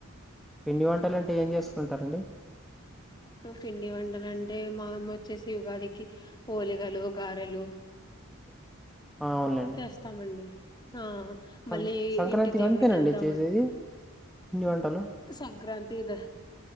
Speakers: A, in the centre; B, on the left.
A: పిండి వంటలంటే ఏం చేసుకుంటారండి
B: పిండి వంటలు అంటే మా వచ్చేసి ఉగాదికి ఓలిగలు గారెలు
A: <unintelligible> ఆ, అవునులేండి
B: చేస్తామండి ఆ
A: సం
B: మళ్ళీ
A: సంక్రాంతికి
B: ఇంటి దేవునికి
A: అంతేనండి
B: వెళ్తాంమండి
A: చేసేది పిండి వంటలు
B: సంక్రాంతి ద